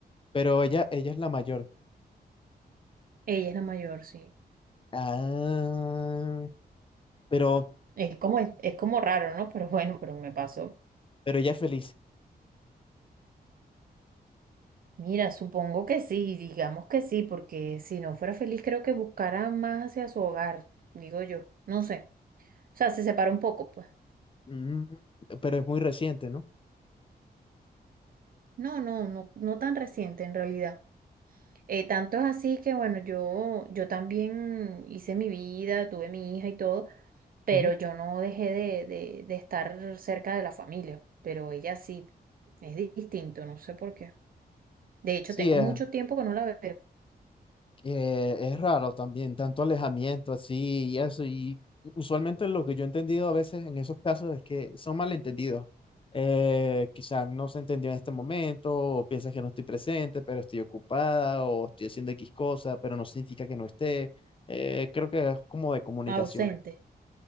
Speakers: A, on the left; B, on the right.
A: pero ella, ella es la mayor.
B: Ella es la mayor, sí.
A: Ah, pero,
B: Es como, es como raro, ¿no? Pero bueno, pero me pasó.
A: pero ella es feliz.
B: Mira, supongo que sí, digamos que sí, porque si no fuera feliz creo que buscara más hacia su hogar, digo yo, no sé. O sea, se separa un poco, pues.
A: Mm, pero es muy reciente, ¿no?
B: No, no, no, no tan reciente en realidad. Eh, tanto es así que bueno, yo, yo también hice mi vida, tuve mi hija y todo, pero
A: Ujú.
B: yo no dejé de, de, de estar cerca de la familia, pero ella sí, es di- distinto, no sé por qué. De hecho,
A: Sí,
B: tengo
A: es
B: mucho tiempo que no la veo,
A: Eh, es raro también, tanto alejamiento así y eso. Y usualmente lo que yo he entendido a veces en esos casos es que son malentendidos. Eh, quizás no se entendió en este momento, o piensas que no estoy presente, pero estoy ocupada, o estoy haciendo X cosa, pero no significa que no esté. Eh, creo que es como de comunicación.
B: ausente.